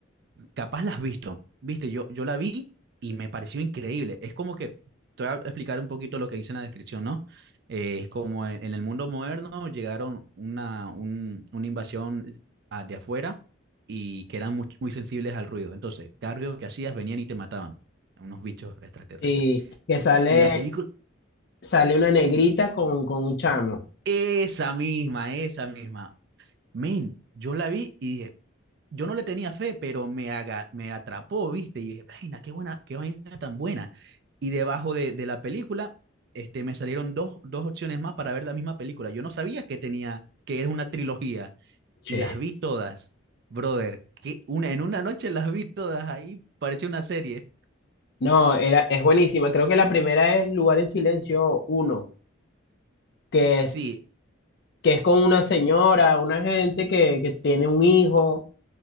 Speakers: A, on the right (about 55°); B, on the left (about 55°).
A: Capaz las has visto. Viste, yo, yo la vi y me pareció increíble. Es como que, te voy a explicar un poquito lo que dice en la descripción, ¿no? Eh, es como en, en el mundo moderno llegaron una, un- una invasión a- de afuera y que eran muy, muy sensibles al ruido. Entonces, cada ruido que hacías venían y te mataban. Unos bichos extraterrestres.
B: Y que sale,
A: Y la película,
B: sale una negrita con, con un chamo.
A: esa misma, esa misma. Men, yo la vi y dije, yo no le tenía fe, pero me, haga, me atrapó, ¿viste? Y dije, vaina, qué buena, qué vaina tan buena. Y debajo de, de la película, este, me salieron dos, dos opciones más para ver la misma película. Yo no sabía que tenía, que era una trilogía,
B: Che,
A: y las vi todas, brother. Que una, en una noche las vi todas ahí, parecía una serie.
B: No, era, es buenísima. Creo que la primera es Lugar en Silencio uno, que
A: Sí,
B: que es con una señora, una gente que, que tiene un hijo